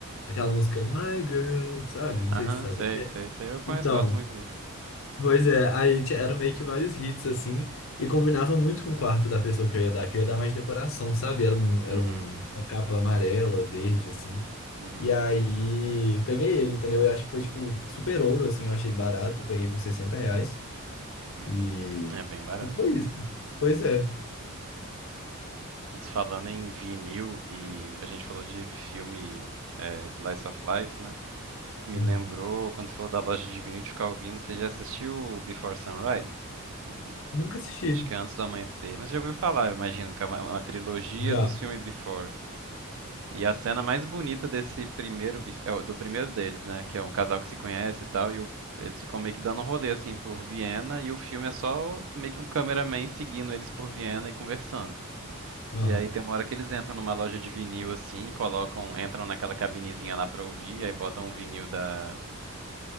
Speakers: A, on the left; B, on the right.
A: aquela música My Girl, sabe? Não
B: Aham,
A: sei se você sabe
B: sei,
A: qual que é.
B: sei, sei. Eu conheço,
A: Então,
B: gosto muito dele.
A: pois é, aí ti- eram meio que vários hits, assim, e combinava muito com o quarto da pessoa que eu ia dar, que eu ia dar mais decoração, sabe? Era, um, era
B: Uhum,
A: um- uma capa amarela, verde, assim.
B: uhum,
A: E aí, peguei ele, entendeu? Eu acho que foi, tipo, super ouro, assim. Eu achei barato, peguei por 60 reais.
B: uhum.
A: E
B: É bem barato.
A: e foi isso. Pois é.
B: Mas falando em vinil e a gente falou de filme é, Slice of Life, né? Me
A: Uhum.
B: lembrou, quando você falou da loja de vinil de ficar ouvindo, você já assistiu o Before Sunrise? O-
A: Nunca assisti.
B: acho que é Antes do Amanhecer. Mas já ouviu falar, eu imagino, que é uma, uma trilogia
A: Já.
B: dos filmes Before. E a cena mais bonita desse primeiro, Bef- é, o- do primeiro deles, né? Que é um casal que se conhece e tal, e o- eles ficam meio que dando um rolê, assim, por Viena, e o filme é só meio que um cameraman seguindo eles por Viena e conversando.
A: Aham.
B: E aí tem uma hora que eles entram numa loja de vinil, assim, e colocam, entram naquela cabinezinha lá pra ouvir, aí botam um vinil da...